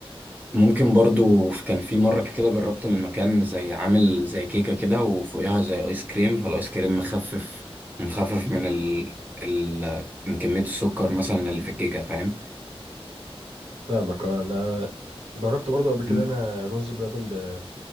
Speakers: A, on the right (about 15°); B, on the right (about 75°).
A: ممكن برضو في- كان في مرة كده جربت من مكان زي عامل زي كيكة كده وفوقها زي آيس كريم فالآيس كريم مخفف مخفف من ال... ال... من كمية السكر مثلا اللي في الكيكة فاهم؟
B: فاهمك اه انا جربت برضو قبل كده
A: مم.
B: انا رز بلبن ب-